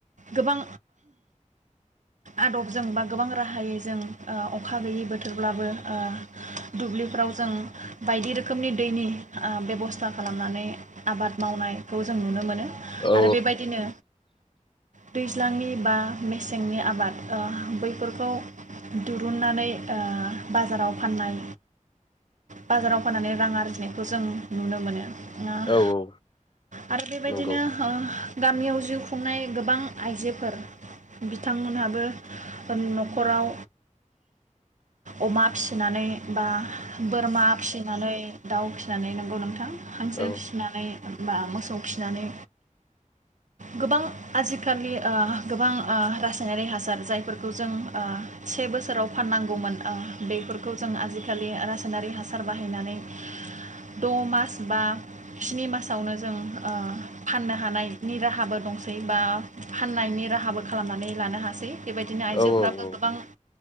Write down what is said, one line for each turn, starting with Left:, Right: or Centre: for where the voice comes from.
Right: गोबां आदबजों बा गोबां राहायै जों आ अखा गैयै बोथोरब्लाबो ओ दुब्लिफ्राव जों बायदि रोखोमनि दैनि आ बेबस्था खालामनानै आबाद मावनायखौ जों नुनो मोनो, आरो
Left: औ
Right: बेबायदिनो दैज्लांनि बा मेसेंनि आबाद, ओह बैफोरखौ दुरुुननानै ओ बाजाराव फाननाय बाजाराव फाननानै रां आरजिनो, खौ जों नुनो मोनो ओह
Left: औ औ
Right: आरो बेबायदिनो
Left: नंगौ
Right: ओह, गामियाव जिउ खुंनाय गोबां आइजोफोर बिथांमोनहाबो, न'खराव अमा फिसिनानै बा बोरमा फिसिनानै दाउ फि जानाय नंगौ नोंथां हांसो
Left: औ
Right: फिसनानै बा मोसौ फिनानै गोबां आजिखालि ओ गोबां ओ रासायनारि हासार जायफोरखौ जों ओ से बोसोराव फाननांगौमोन ओ बेफोरखौ जों आजिखालि रासायनारि हासार बाहायनानै द मास बा स्नि मासावनो जों ओ फाननो हानायनि राहाबो दंसै बा फाननायनि राहाबो खालामनानै लानो हासै। बेबायदिनो आइजोफ्राबो
Left: औ औ
Right: गोबां